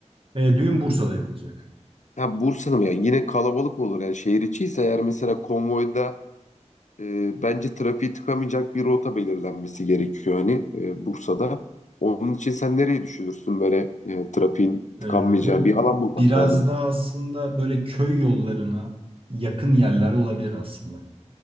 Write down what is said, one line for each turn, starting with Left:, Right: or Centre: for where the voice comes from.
Right: E, düğün Bursa'da yapılacak.
Left: Ya Bursa'da mı? Yani yine kalabalık olur. Yani şehir içi ise eğer mesela konvoyda e, bence trafiği tıkamayacak bir rota belirlenmesi gerekiyor hani e, Bursa'da. Onun için sen nereyi düşünürsün böyle e, trafiğin tıkanmayacağı
Right: Ee, böyle
Left: bir alan bulmak
Right: biraz
Left: lazım.
Right: daha aslında böyle köy yollarına yakın yerler olabilir aslında.